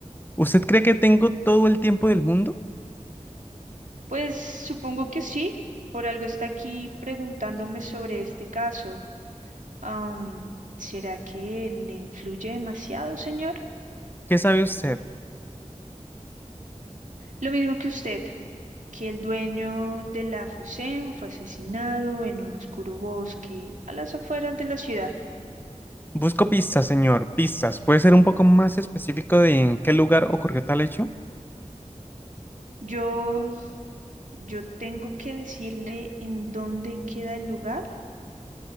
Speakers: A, on the left (about 15°); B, on the right (about 80°).
A: ¿Usted cree que tengo todo el tiempo del mundo?
B: Pues supongo que sí, por algo está aquí preguntándome sobre este caso. Am, ¿será que le influye demasiado, señor?
A: ¿Qué sabe usted?
B: Lo mismo que usted, que el dueño de la Fusem fue asesinado en un oscuro bosque a las afueras de la ciudad.
A: Busco pistas, señor, pistas. ¿Puede ser un poco más específico de en qué lugar ocurrió tal hecho?
B: Yo, yo tengo que decirle en dónde queda el lugar.